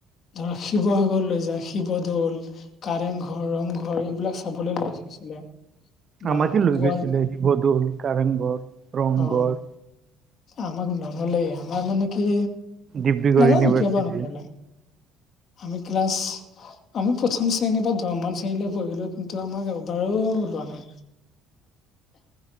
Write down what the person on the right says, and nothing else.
আমাকে লৈ
গৈছিলে শিৱদৌল, কাৰেংঘৰ ৰংঘৰ
ডিব্ৰুগড়
ইউনিভাৰ্চিটি